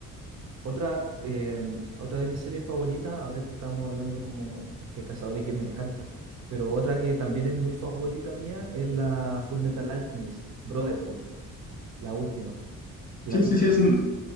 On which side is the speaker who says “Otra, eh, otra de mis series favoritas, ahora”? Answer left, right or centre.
Right